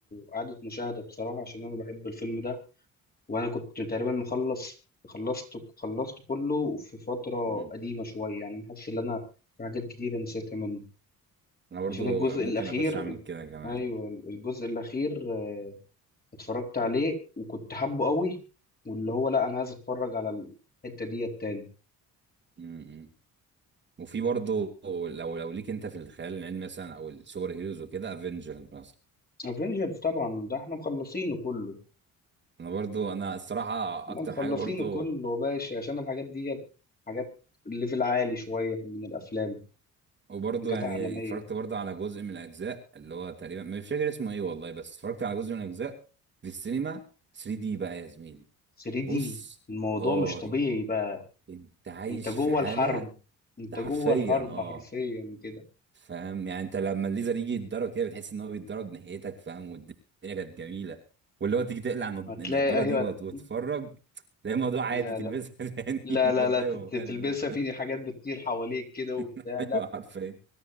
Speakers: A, on the left; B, on the right.
A: آه، إعادة مشاهدة بصراحة عشان أنا بحب الفيلم ده وانا كنت تقريبا مخلص خلصت خلصت كله في فترة
B: مم.
A: قديمة شوية يعني حاسس ان انا في حاجات كتيرة نسيتها منه
B: انا برضو
A: عشان الجزء
B: ممكن
A: الاخير
B: اخش اعمل كده كمان
A: ايوه الجزء الاخير آه، اتفرجت عليه وكنت حابه قوي واللي هو لا انا عايز اتفرج على الحتة دي التاني
B: م-م. وفي برضو لو لو ليك انت في الخيال العلمي مثلا او السوبر هيروز وكده افنجرز مثلا
A: افنجرز طبعا ده احنا مخلصينه كله
B: انا برضو انا الصراحه
A: احنا
B: اكتر
A: مخلصينه
B: حاجه برضو
A: كله يا باشا عشان الحاجات دي حاجات ليفل عالي شوية من الافلام
B: وبرضه
A: حاجات
B: يعني
A: عالمية
B: اتفرجت برضه على جزء من الاجزاء اللي هو تقريبا مش فاكر اسمه ايه والله بس اتفرجت على جزء من الاجزاء في السينما 3 دي بقى يا زميلي
A: 3 دي
B: بص
A: الموضوع
B: اه
A: مش طبيعي بقى
B: انت عايش
A: انت جوه
B: في حاله
A: الحرب انت
B: ده حرفيا
A: جوه الحرب
B: اه
A: حرفيا كده
B: فاهم يعني انت لما الليزر يجي يتضرب كده بتحس ان هو بيتضرب ناحيتك فاهم والدنيا كانت جميله واللي هو تيجي تقلع النض-
A: هتلاقي
B: النضاره
A: ايوه
B: دي وت-
A: هت-
B: وتتفرج تلاقي الموضوع عادي
A: لا
B: تلبسها
A: لا
B: <laughs> تاني
A: لا
B: الموضوع
A: لا لا تت-
B: يبقى مختلف
A: تلبسها في حاجات بتطير حواليك كده وبتاع
B: <laughs> ايوه
A: لا
B: حرفيا